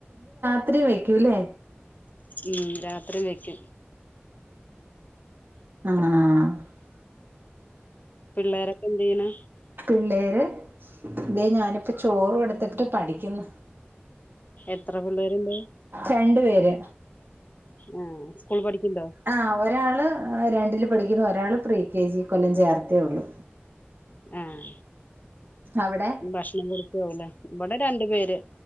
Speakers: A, on the right; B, on the left.
A: രാത്രിയും വെക്കൂല്ലേ
B: ഉം രാത്രിയും വെക്കും
A: ആഹ്
B: പിള്ളോരൊക്കെ എന്ത് ചെയ്യണ്
A: പിള്ളേര് ഇതേ ഞാനിപ്പം ചോറ് കൊടുത്തിട്ട് പഠിക്കുന്നു
B: എത്ര പിള്ളേരുണ്ട്
A: രണ്ടു പേര്
B: ആഹ് സ്കൂൾ പഠിക്ക്ണ്ടോ
A: ആഹ് ഒരാള് രണ്ടില് പഠിക്കുന്നു ഒരാള് പ്രീ കെ ജി ഇക്കൊല്ലം ചേർത്തേ ഉള്ളു
B: ആഹ്
A: അവിടെ
B: ഭക്ഷണം കൊടുത്തു ഇല്ലേ ഇവിടെ രണ്ടു പേര്